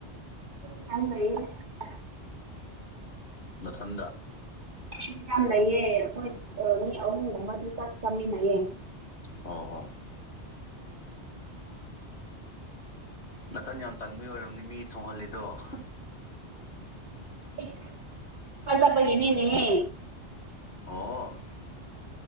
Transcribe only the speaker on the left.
ꯅꯊꯥꯟꯇ
ꯑꯣ ꯑꯣ ꯅꯥꯇꯟ ꯌꯥꯝ ꯇꯟꯕꯩ ꯑꯣꯏꯔꯝꯅꯤ ꯃꯤ ꯊꯣꯡꯍꯜꯂꯤꯗꯣ ꯍꯥ
ꯑꯣ